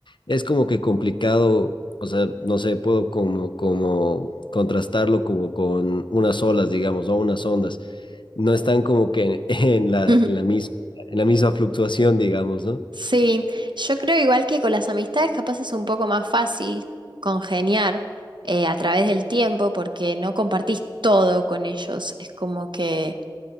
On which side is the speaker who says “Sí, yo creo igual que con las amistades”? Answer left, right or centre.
Right